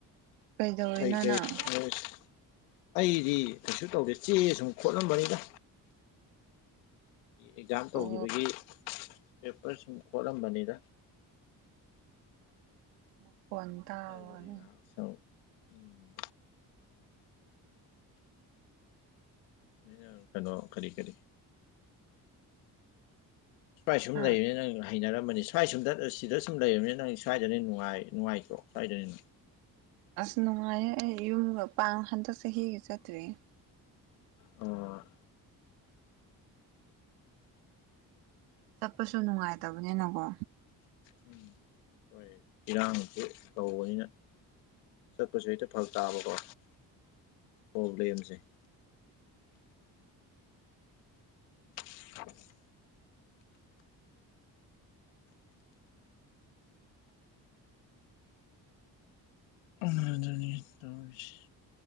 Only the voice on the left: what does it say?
ꯀꯩ ꯀꯩ
<unintelligible> ꯑꯩꯗꯤ ꯀꯩꯁꯨ ꯇꯧꯗꯦ ꯆꯦ ꯁꯨꯝ ꯈꯣꯠꯂꯝꯕꯅꯤꯗ ꯑꯦꯛꯖꯥꯝ ꯇꯧꯒꯤꯕꯒꯤ
ꯄꯦꯄꯔ ꯁꯨꯝ ꯈꯣꯠꯂꯝꯕꯅꯤꯗꯥ
ꯑꯗꯨꯗꯤ
ꯉꯥꯏꯍꯥꯛ ꯁꯨꯝ ꯎꯝ ꯑꯩꯅ ꯀꯩꯅꯣ ꯀꯔꯤ ꯀꯔꯤ ꯁꯋ꯭ꯥꯏ‌ ꯁꯨꯝ
ꯂꯩꯔꯦꯅꯦ ꯅꯪ ꯍꯩꯅꯔꯝꯃꯅꯤ ꯁ꯭ꯋꯥꯏ ꯁꯨꯝꯗ ꯁꯤꯗ ꯁꯨꯝ ꯂꯩꯔꯕꯅꯤꯅ ꯅꯪ ꯁ꯭ꯋꯥꯏꯗꯅ ꯍꯦꯟ ꯅꯨꯡꯉꯥꯏ ꯅꯨꯡꯉꯥꯏꯇ꯭ꯔꯣ ꯁ꯭ꯋꯥꯏꯗꯅ ꯍꯦꯟꯅ
ꯑꯣ
ꯎꯝ ꯍꯣꯏ ꯏꯔꯥꯡꯁꯨ ꯇꯧꯕꯅꯤꯅꯥ ꯆꯠꯄꯁꯨ ꯍꯦꯛꯇ ꯐꯔꯛ ꯇꯥꯕꯀꯣ ꯄꯣꯕ꯭ꯂꯦꯝꯖꯦ <unintelligible> ꯎꯝꯑꯗꯨꯅꯤ ꯇꯧꫪꯤꯁꯤ